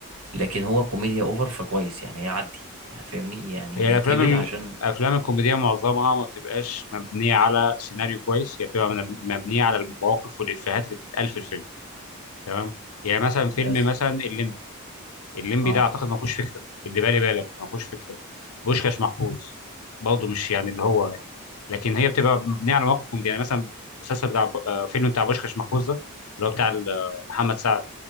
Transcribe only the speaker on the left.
هي الافلام
ال-
الافلام الكوميديه معظمها ما بتبقاش مبنيه على سيناريو كويس هي بتبقى من- مبنيه على المواقف والافيهات اللي بتتقال في الفيلم تمام يعني مثلا فيلم
مثلا الليمبي الليمبي
ده اعتقد ما فيهوش فكره اللي بالي بالك ما فيهوش فكره بوشكاش محفوظ برضه مش يعني اللي هو يعني لكن هي بتبقى مبنيه على مواقف كوميديه يعني مثلا المسلسل بتاع ب- آه، فيلم بتاع بوشكاش محفوظ ده اللي هو بتاع ال- آه، محمد سعد